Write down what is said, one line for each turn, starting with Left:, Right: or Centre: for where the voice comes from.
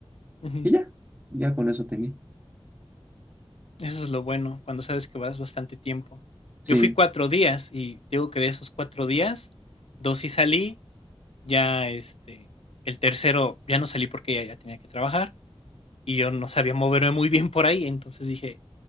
Left: ujú.
Right: y ya, ya con eso tenía.
Left: Eso es lo bueno, cuando sabes que vas bastante tiempo.
Right: Sí,
Left: Yo fui cuatro días y digo que de esos cuatro días, dos sí salí, ya este, el tercero ya no salí porque ya, ya tenía que trabajar y yo no sabía moverme muy bien por ahí, entonces dije,